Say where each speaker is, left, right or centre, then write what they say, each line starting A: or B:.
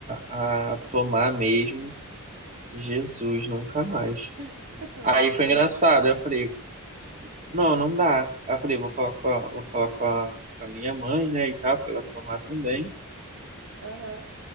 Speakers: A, on the right; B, on the right.
A: a tomar mesmo, Jesus, nunca mais.
B: <laughs>
A: Aí
B: Não
A: foi
B: dá
A: engraçado,
B: mais pra parar.
A: eu falei, não, não dá. Aí eu falei, vou falar com a, vou falar com a, com a minha mãe, né, e tal, pra ela tomar também.
B: Aham.